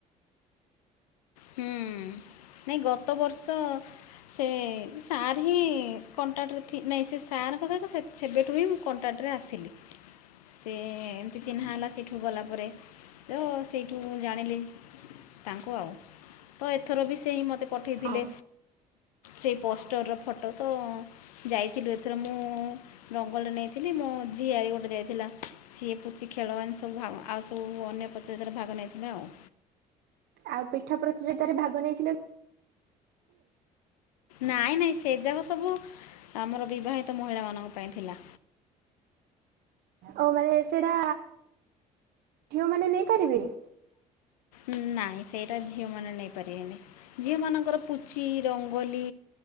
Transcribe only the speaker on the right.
ହଁ
ଆଉ ପିଠା ପ୍ରତିଯୋଗିତାରେ ଭାଗ ନେଇଥିଲ
ଓ ମାନେ ସେଇଟା ଝିଅ ମାନେ ନେଇପାରିବେନି